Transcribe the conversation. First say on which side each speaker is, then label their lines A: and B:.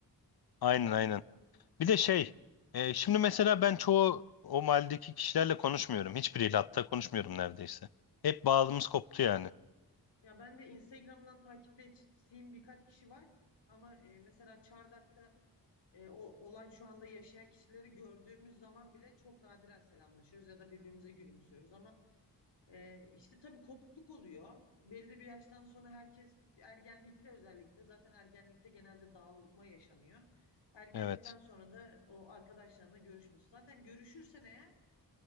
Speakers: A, on the left (about 65°); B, on the left (about 80°).
A: <laughs> Aynen aynen. Bir de şey, e, şimdi mesela ben çoğu o mahalledeki kişilerle konuşmuyorum. Hiçbiriyle hatta konuşmuyorum neredeyse. Hep bağımız koptu yani.
B: Ya ben de Instagram'dan takip ettiğim birkaç kişi var ama e, mesela Çardak'ta e, o, olan şu anda yaşayan kişileri gördüğümüz zaman bile çok nadiren selamlaşıyoruz ya da birbirimize gülümsüyoruz ama Ee, işte tabii kopukluk oluyor. Belli bir yaştan sonra herkes ergenlikte özellikle zaten ergenlikte genelde dağılma yaşanıyor. Ergenlikten
A: Evet,
B: sonra da o arkadaşlarına görüşmüyorsun. Zaten görüşürsen eğer